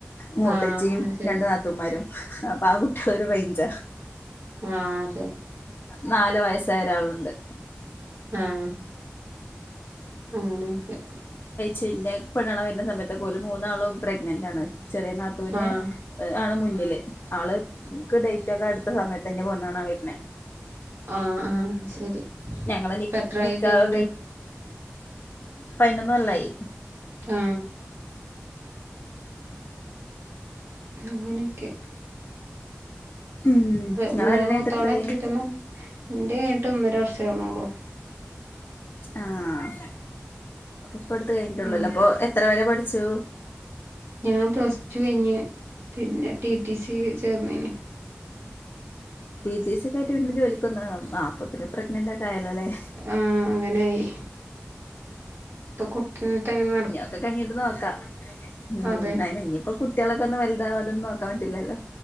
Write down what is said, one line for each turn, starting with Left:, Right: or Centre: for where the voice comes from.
Left: മൂത്തച്ചിം
Right: ആഹ് അത് ശരി
Left: രണ്ടു നാത്തന്മാരും അപ്പൊ ആ കുട്ടികൾ ഒരു റൈജ
Right: ആ അതെ
Left: നല് വയസായരാളുണ്ട്
Right: ആഹ അങ്ങനെയൊക്കെ
Left: ചിന്നെ പെണ്ണ് കാണാൻ വരുന്ന സമയത്തക്കെ ഓല് മൂന്നാളും പ്രഗ്നന്റ് ആണ് ചെറിയ നാത്തുവിനെ
Right: ആഹ്
Left: ആണ് മുന്ന മുന്നില് ആള് ക്ക് ഡേറ്റ്ക്കെ അടുത്ത സമയത്ത് ആണ് ഇന്നേ പെണ്ണ് കാണാൻ വര്ന്നേ
Right: ആ ആ ശരിഇപ്പൊ
Left: ഞങ്ങളെ നി
Right: എത്രായി
Left: നിക്കാഹ്
Right: കഴിഞ്ഞിട്ട്
Left: പതിന്നൊന്ന് കൊല്ലായി
Right: ആ അങ്ങനെയൊക്കെ
Left: ഉം ഇങ്ങളെ
Right: നിങ്ങള്
Left: കല്യാണം
Right: മൂത്തആള്
Left: കഴിഞ്ഞിട്ട് എത്രായി
Right: എത്രടയിലാന്ന പറഞ്ഞെ എന്റെ കഴിഞ്ഞിട്ട് ഒന്നര വർഷ ആവണള്ളൂ
Left: ആഹ അപ്പ ഇപ്പ അടുത്ത കഴിഞ്ഞിട്ടുള്ളല്ലോ
Right: ഉം
Left: അപ്പൊ എത്ര വരെ പഠി ച്ചോ
Right: ഞാൻ പ്ലസ് ടു കഴഞ്ഞ് പിന്നെ ടി ടി സി ചേർന്നേന്
Left: ടി ടി സ ഒക്കെ ആയിട്ട് പിന്നെ ജോലിക്ക അപ്പൊത്തിന് പ്രഗ്നന്റ് ഒക്കെ ആയാലോല്ലേ
Right: ആഹ് അങ്ങനെയായി ഇപ്പൊ കുട്ടിനെട്ട് ഇ ങ്ങന
Left: ഇഞ്ഞ്അതൊക്കെ കഴിഞ്ഞിട്ട് നോക്ക ഉം
Right: അതെ
Left: അയിന് ഇനിയിപ്പോ കുട്ടികളൊക്കെ ഒന്ന് വലുതാ ഒന്നും നോക്കാൻ പറ്റില്ലല്ലോ